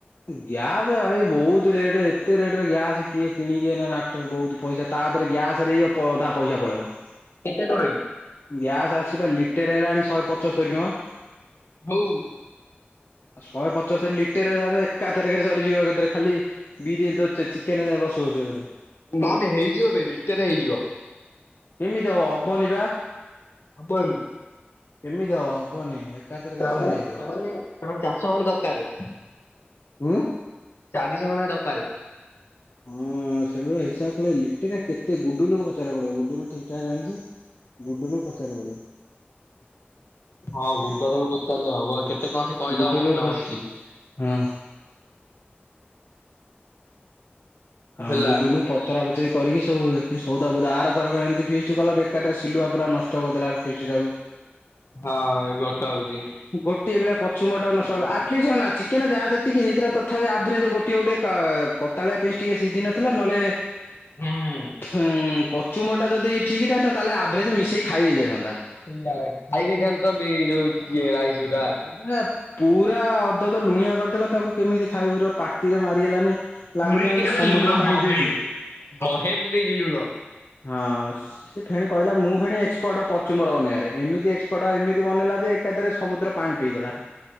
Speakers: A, on the left; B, on the left.
A: ଗ୍ୟାସ୍ ଭାରି ବହୁତ୍ ରେଟ୍ ଏତେ ରେଟରେ ଗ୍ୟାସ୍ କିଏ କିଣିକି ଏଇନା ନାଟ ବହୁ ପଇସା ତା ଦେହରେ ଗ୍ୟାସରେ ଇଏ ଅଧା ପଇସା ପଳେଇବ।
B: କେତେ ଦୋଳି?
A: ଗ୍ୟାସ୍ ଆସିବା ଲିଟରେ ହେଲାଣି ଶହେ ପଚସ୍ତରିୀ ଟଙ୍କା।
B: ଆଉ
A: ଆଉ ଶହେ ପଚୋସ୍ତରି ଲିଟରେ ଯାକେ ଏକାଥରେକରେ ସରିଯିବ କେତେରେ ଖାଲି ବିରି ଚିକେନ କଷୁ କଷୁଏକାଥରେ।
B: ମୋଦେ ହେଇଯିବବେ ଲିଟେରେ ହେଇଯିବ।
A: କେମିତି ହବ ହବନିବା।
B: ହବହିଁ।
A: କେମିତି ହବ ହବନି। ଏକାଥରକରେ
B: ତାମାନେ
A: ସରିଯାଇଥିବ
B: ତାମାନେ ଆମର ଚାରଶହ ଖଣ୍ଡେ ଦରକାର୍।
A: ଉଁ।
B: ଚାରିଶ ଖଣ୍ଡେ ଦରକାର।
A: ହଁ ସେଇଭଳିଆ ହିସାବ କଲେ ଲିଟରେ କେତେ ଗୁଡୁଲୁକୁ ପଚାରକୁ ପଡ଼ିବ ଗୁଡୁଲ ଠିକ୍ ଠାକ୍ ଜାଣିଚି। ଗୁଡୁଲୁକୁ ପଚାରିବାରୁ
B: ହଁ
A: ପଡ଼ିବ।
B: ଗୁରୁଦାଦାକୁ ପଚାରିଲେ ହବ
A: ହଁ
B: କେତେ କଣ ସେ କହିଦବ
A: ଗୁଡୁଲୁକୁ
B: ମସଲା
A: ପଚା
B: ମସଲି
A: ହଁ। ହଁ
B: ହେଲା।
A: ଗୁଡୁଲୁ ପଚରା ପଚିରି କରିକି ସବୁ ସୋଉଦା ଫୋଉଦା ଆରଥର ଏମିତିି ଫିଷ୍ଟି କଲା ବେକାରଟାରେ ସିଲୁଆ ପୁରା ନଷ୍ଟ ନଷ୍ଟ କରିଦେଲା ଫିଷ୍ଟି ଟାକୁ।
B: ହଁ ଏବେ ବତା ହଉଚି।
A: ଗୋଟିଏ ପିଲା କଛୁମଟା ନଷ୍ଟ କରିଲା ଆଟ୍ଲିସ୍ ଅନା ଚିକେନ୍ ଯାହା ଯେତିକି ହେଇଥିଲା ତଥାପି ଆଭରେଜ ଗୋଟଏ ଗୋଟେଏ କ କୋତାଳିଆ ପିସ୍ ଟିକେ ସିଝ ନଥିଲା ନହେଲେ
B: ହୁଁ
A: ଉ କଚୁମ୍ବରଟା ଯଦି ଠିକିଥାଆନ୍ତା ତାହେଲେ ଆଭରେଜ ମିଶେଇକ ଖାଇ ହେଇଯାଇଥାନ୍ତା।
B: ସେଇଆ ଖାଇ ଦେଇେଇଥାନ୍ତତ ବି ଯୋଉ
A: ହଁ
B: ଇଏ ରାଇସ୍ ଗୁରା।
A: ଏରା ପୁରା ଅଦଦ ଲୁଣିଆ କରିଦେଲା ତାକୁ କେମିତି ଖାଇବୁ ଇରେ ପାଟିରେ ମାରିହେଲାନି। ଲାଗୁଥିଲା
B: ପୁରେକିନା
A: ଏମିତି ସମୁଦ୍ର
B: ଲୁଣ
A: ପାଣି
B: ବହେ
A: ପିଉଛି କି
B: ବହେ ପୁରେଇଚି ଲୁଣ।
A: ହଁ ସେଫେଣେ କହିଲା ମୁଁ ଫେଣେ ଏକ୍ସପର୍ଟ ପଚୁମ୍ବର ବନିବାରେ ଏମିତି ଏକ୍ସପର୍ଟ ଏମିତି ବନେଇଲା ଯେ ଏକାଥରେ ସମୁଦ୍ର ପାଣି ପଇଦେଲା।